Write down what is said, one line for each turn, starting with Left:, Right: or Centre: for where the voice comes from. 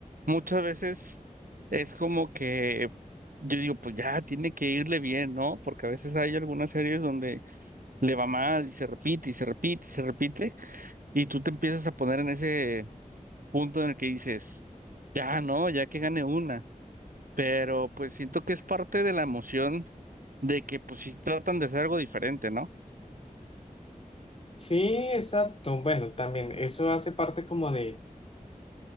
Right: muchas veces es como que yo digo, pues ya tiene que irle bien, ¿no? Porque a veces hay algunas series donde le va mal y se repite y se repite y se repite y tú te empiezas a poner en ese punto en el que dices, ya no, ya que gane una, pero pues siento que es parte de la emoción de que pues sí tratan de hacer algo diferente, ¿no?
Left: Sí, exacto. Bueno, también eso hace parte como de,